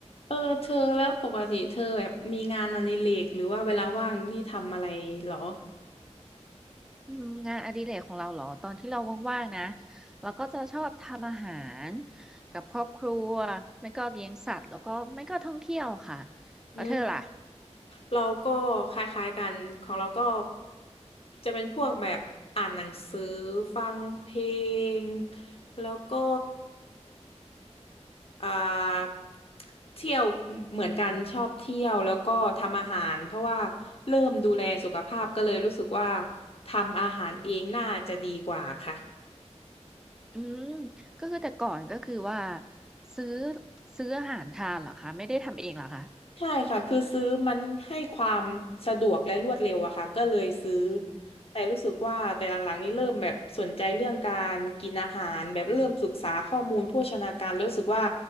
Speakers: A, on the left; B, in the centre.
A: เออเธอแล้วปกติเธอแบบมีงานอดิเรกหรือว่าเวลาว่างนี่ทำอะไรเหรอ
B: อืมงานอดิเรกของเราเหรอตอนที่เราว่างๆนะเราก็จะชอบทำอาหารกับครอบครัวไม่ก็เลี้ยงสัตว์แล้วก็ไม่ก็ท่องเที่ยวค่ะแล้วเธอล่ะ
A: อืมเราก็คล้ายๆกันของเราก็จะเป็นพวกแบบอ่านหนังสือฟังเพลงแล้วก็อ่าเที่ยวเหมือนกันชอบเที่ยวแล้วก็ทำอาหารเพราะว่าเริ่มดูแลสุขภาพก็เลยรู้สึกว่าทำอาหารเองน่าจะดีกว่าค่ะ
B: อืมก็คือแต่ก่อนก็คือว่าซื้อซื้ออาหารทานเหรอคะไม่ได้ทำเองเหรอคะ
A: ใช่ค่ะคือซื้อมันให้ความสะดวกและรวดเร็วอะค่ะก็เลยซื้อ
B: อืม
A: แต่รู้สึกว่าแต่หลังๆนี้เริ่มแบบสนใจเรื่องการกินอาหารแบบเริ่มศึกษาข้อมูลโภชนาการแล้วรู้สึกว่า